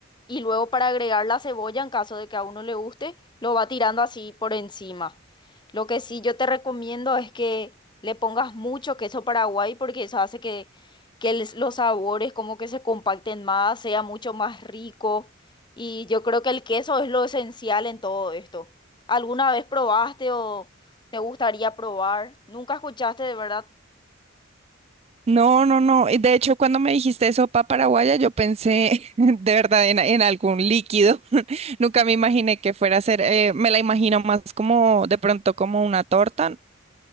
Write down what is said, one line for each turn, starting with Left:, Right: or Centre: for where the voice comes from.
Left: y luego para agregar la cebolla en caso de que a uno le guste, lo va tirando así por encima. Lo que sí yo te recomiendo es que le pongas mucho queso paraguay porque eso hace que, que les- los sabores como que se compacten más, sea mucho más rico. Y yo creo que el queso es lo esencial en todo esto. ¿Alguna vez probaste o te gustaría probar? ¿Nunca escuchaste de verdad?
Right: No, no, no. y De hecho, cuando me dijiste sopa paraguaya, yo pensé <laughs> de verdad en, en algún líquido. <laughs> Nunca me imaginé que fuera a ser, eh, me la imagino más como de pronto como una torta.